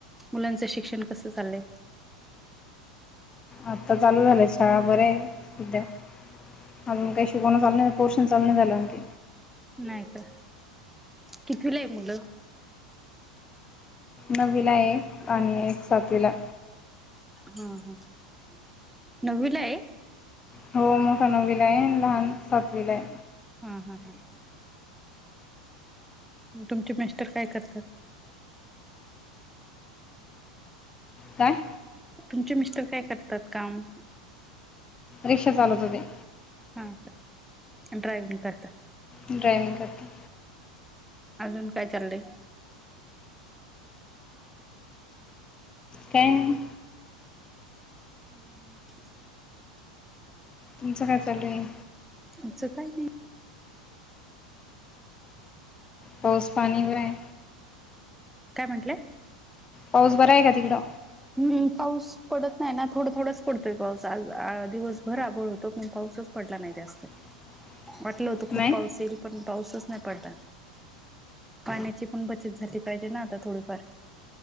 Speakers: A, in the centre; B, on the left.
A: मुलांचं शिक्षण कसं चाललंय?
B: आता चालू झालेय शाळा बरे आहे सध्या अजून काही शिकवण चालू नाही पोर चालू नाही झाल <unintelligible>
A: नाही का कितवीला आहे मुलं?
B: नवीला एक आणि एक सातवीला.
A: हा ह <inaudible> नवीला आहे.
B: हो मोठा नववीला आहे लहान सातवीला आहे.
A: हां, हां, हां. तुमचे मिस्टर काय करतात?
B: काय?
A: तुमचे मिस्टर काय करतात काम?
B: रिक्षा चालत होते.
A: हा <inaudible> ड्रयविंग करता.
B: ड्रायविंग करता
A: अजून काय चाललंय?
B: काही नाही.
A: हम्म. <inaudible>
B: तुमचं काय चालू आहे?
A: आमचं काय नाही.
B: पाऊस पाणी वेय
A: काय म्हंटलंय?
B: पाऊस बरा आहे का तिकड?
A: हम् पाऊस पडत नाही ना थोडं-थोडच पडतोय पाऊस आज आ दिवसभर आबोळ होतो पण पाऊस पाऊसच पडला नाही जास्त.
B: <inaudible>
A: वाटलं होतं खूप
B: नाही
A: पाऊस येईल पण पाऊसच नाही पडला. पाण्याची पण बचत झाली पाहिजे ना आता थोडीफार.